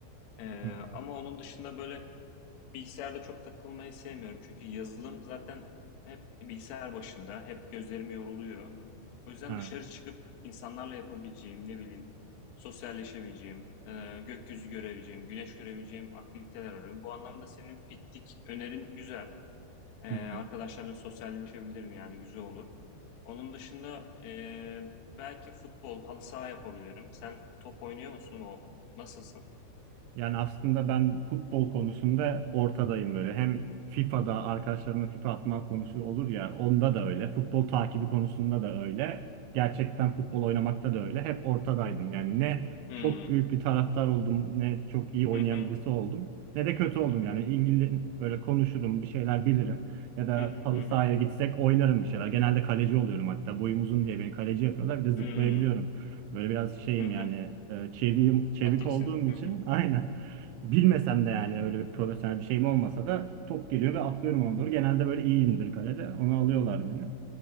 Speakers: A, on the left; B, on the right.
A: E,
B: Hı hı.
A: ama onun dışında böyle Bilgisayarda çok takılmayı sevmiyorum. Çünkü yazılım zaten hep bilgisayar başında, hep gözlerim yoruluyor. O yüzden
B: Evet.
A: dışarı çıkıp insanlarla yapabileceğim, ne bileyim, sosyalleşebileceğim, e, gökyüzü görebileceğim, güneş görebileceğim aktiviteler arıyorum. Bu anlamda senin piknik önerin güzel. E,
B: Hı
A: arkadaşlarla
B: hı.
A: sosyalleşebilirim yani güzel olur. Onun dışında e, belki futbol, halı saha yapabilirim. Sen top oynuyor musun o? Nasılsın?
B: Yani aslında ben futbol konusunda ortadayım böyle. Hem FIFA'da arkadaşlarımla FIFA atma konusu olur ya onda da öyle. Futbol takibi konusunda da öyle. Gerçekten futbol oynamakta da öyle. Hep ortadaydım. Yani ne
A: Hmm.
B: çok büyük bir taraftar oldum, ne çok iyi oynayan
A: Hı hı.
B: birisi oldum, ne de kötü oldum. Yani ilgili böyle konuşurum, bir şeyler bilirim. Ya da
A: Hı hı hı
B: halı
A: hı.
B: sahaya gitsek oynarım bir şeyler. Genelde kaleci oluyorum hatta. Boyum uzun diye beni kaleci yapıyorlar. Bir de zıplayabiliyorum.
A: Hmm.
B: Böyle biraz şeyim
A: Hı hı.
B: yani e, çevik, çevik
A: Atix'in.
B: olduğum için
A: Hı hı.
B: <laughs> aynen. Bilmesem de yani öyle bir profesyonel bir şeyim olmasa da top geliyor ve atlıyorum ona doğru. Genelde böyle iyiyimdir kalede. Onu alıyorlar beni.